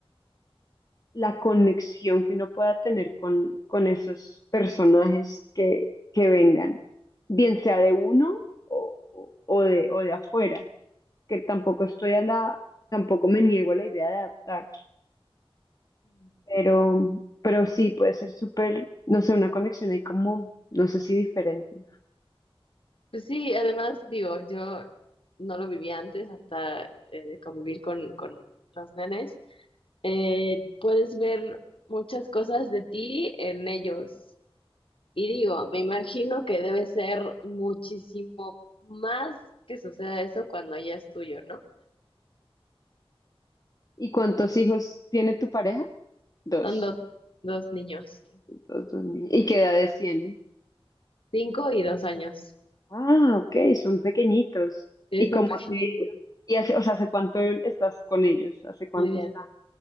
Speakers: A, on the left; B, on the left.
A: la conexión que uno pueda tener con, con esos personajes que, que vengan, bien sea de uno o, o, o de, o de afuera, que tampoco estoy a la, tampoco me niego a la idea de adaptar,
B: Mm.
A: pero, pero sí puede ser súper, no sé, una conexión ahí como, no sé si diferente.
B: Pues sí, además digo, yo no lo viví antes hasta eh, convivir con, con los nenes. Eh, puedes ver muchas cosas de ti en ellos. Y digo, me imagino que debe ser muchísimo más que suceda eso cuando ya es tuyo, ¿no?
A: ¿Y cuántos hijos tiene tu pareja? Dos.
B: Son dos, dos niños,
A: Dos, dos niños. ¿Y qué edades tienen?
B: cinco y dos años.
A: Ah, ok, son pequeñitos.
B: Es
A: ¿Y
B: tan
A: cómo
B: <laughs> pequeño,
A: te ha ido? ¿Y hace, o sea, hace cuánto estás con ellos? ¿Hace cuánto
B: muy bien.
A: están?